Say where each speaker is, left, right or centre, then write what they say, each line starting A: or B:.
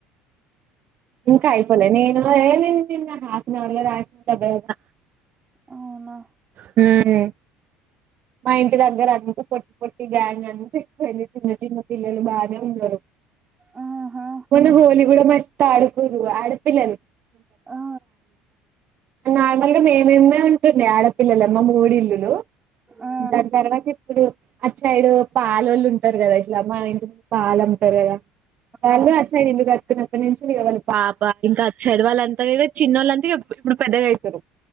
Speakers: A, on the right; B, on the right.
A: ఇంకాయిపోలే నేను మిన్ తిన్ హాఫ్ అన్ అవర్ల రాసెత్త దగ్గరున్న
B: అవునా
A: ఆ మా ఇంటి దగ్గర అంత పొట్టి పొట్టి గ్యాంగ్ అంత ఎక్కువైంది, చిన్న చిన్న పిల్లలు బానే ఉన్నరు.
B: ఆహా
A: మొన్న హోలీ గుడా మస్త్ ఆడుకుర్రు ఆడపిల్లలు.
B: ఆ
A: నార్మల్గా మే మేమ్మే ఉంటుండే ఆడపిల్లలం మా మూడిల్లులు
B: ఆ
A: దాని తర్వాత ఇప్పుడు అట్ సైడు పాలొల్లు ఉంటరు కదా ఇట్ల, మా ఇంటి ముందు పాలు అమ్ముతరు వాళ్లే
B: ఆ
A: అటు సైడ్ ఇల్లు కట్టుకున్నప్పటినుంచి పాప ఇంకా అటు సైడ్ వాళ్ళంతా చిన్నోలంతా ఇగ ఇప్ ఇప్పుడు పెద్దగయితుర్రూ